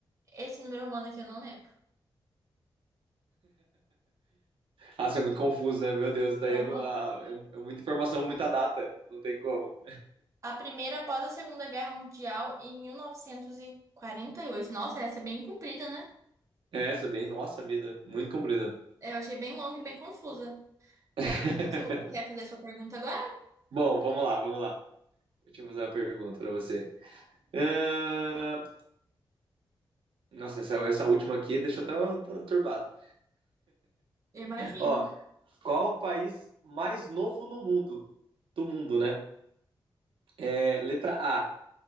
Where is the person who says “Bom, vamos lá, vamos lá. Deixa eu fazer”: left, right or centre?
Right